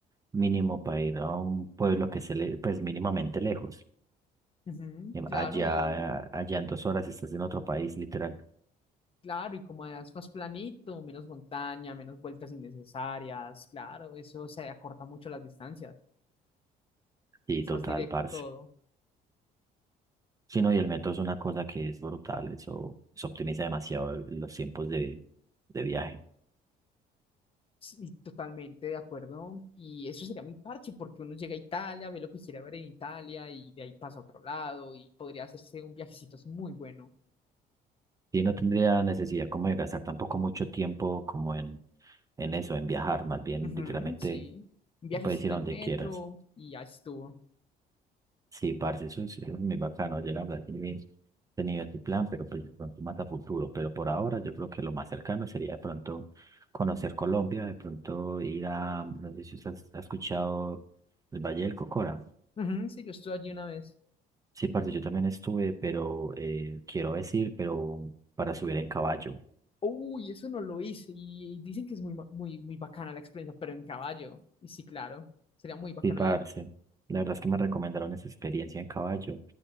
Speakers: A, on the right (about 20°); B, on the left (about 35°).
A: mínimo para ir a un pueblo que se le, pues mínimamente lejos.
B: Ujú,
A: Em,
B: Claro,
A: Allá,
B: y
A: allá en dos horas estás en otro país, literal.
B: claro, y como es más planito, menos montaña, menos vueltas innecesarias, claro, eso se acorta mucho las distancias.
A: Sí,
B: Es
A: total,
B: más directo
A: parce.
B: todo.
A: Sí, no, y el metro es una cosa que es brutal, eso, eso optimiza demasiado el- los tiempos de, de viaje.
B: Sí, totalmente de acuerdo. Y eso sería muy parche porque uno llega a Italia, ve lo que quiere ver en Italia y de ahí pasa a otro lado y podría hacerse un viajecito es muy bueno.
A: Y no tendría necesidad como de gastar tampoco mucho tiempo como en, en eso, en viajar, más bien
B: Ujú,
A: literalmente
B: sí, un viajecito
A: puedes ir a
B: en
A: donde
B: metro
A: quieras.
B: y ya estuvo.
A: Sí, parce, eso es, es muy bacano, yo la verdad que ni he tenido ese plan, pero pues de pronto más a futuro, pero por ahora yo creo que lo más cercano sería de pronto conocer Colombia, de pronto ir a, no sé si usted ha escuchado el Valle del Cocora.
B: Ujú, sí, yo estuve allí una vez.
A: Sí, parce, yo también estuve, pero eh, quiero decir, pero para subir en caballo.
B: Uy, eso no lo hice y, y dicen que es muy, ma- muy, muy bacana la experiencia, pero en caballo. Y sí, claro, sería muy bacano
A: Sí, parce,
B: ir.
A: la verdad es que me recomendaron esa experiencia en caballo.